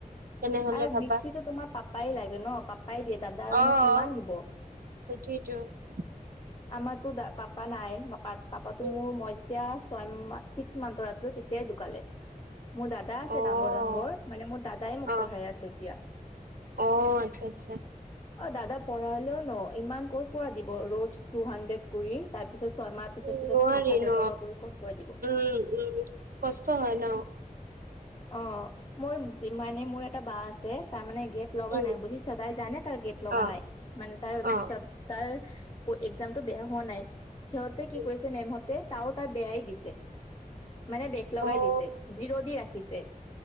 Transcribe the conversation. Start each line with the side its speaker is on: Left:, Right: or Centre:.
Right: তেনেহলে
Left: আৰু
Right: ভাবা
Left: বেছিতো তোমাৰ পাপাই লাগে ন পাপা <unintelligible> দাদা
Right: অ',
Left: আৰুনো কিমান দিব।
Right: সেইটোয়েইটো <inaudible>
Left: আমাৰতো দা পাপা নাই পাপা পাপাটো
Right: উম,
Left: মোৰ মই যেতিয়া ছয় মাহ ছিক্স মান্থৰ আছিলো তেতিয়া দে দোকালে। মোৰ দাদা আছে
Right: অ',
Left: ডাঙৰ ডাঙৰ মানে মোৰ দাদাই মোক
Right: অ',
Left: পঢ়াই আছে এতিয়া।
Right: অ', আচ্ছা, আচ্ছা
Left: অ দাদা পঢ়ালেও ন ইমান কৰ পৰা দিব? ৰ'জ টু হাড্ৰেড কৰি, তাৰ পিছত ছয়মাহ পিছত
Right: উম,
Left: পিছত
Right: নোৱাৰি
Left: সাত হাজাৰ
Right: ন
Left: টকা কৰি ক'ত পৰাই দিব।
Right: উম উম। কষ্ট হয় ন,
Left: অ মোৰ মানে মোৰ এটা বা আছে তাৰ মানে গেপ লগা
Right: উম,
Left: নাই বুজিছা? তাই জানে তাৰ গেট লগা
Right: অ',
Left: নাই মান তাৰ
Right: অ',
Left: চ তাৰ এক্সামটো বেয়া হোৱা নাই, সিহঁতে কি
Right: উম,
Left: কৰিছে মেমহঁতে তাও তাৰ বেয়াই দিছে, মানে বেগ লগাই
Right: অ',
Left: দিছে। জিৰ দি ৰাখিছে।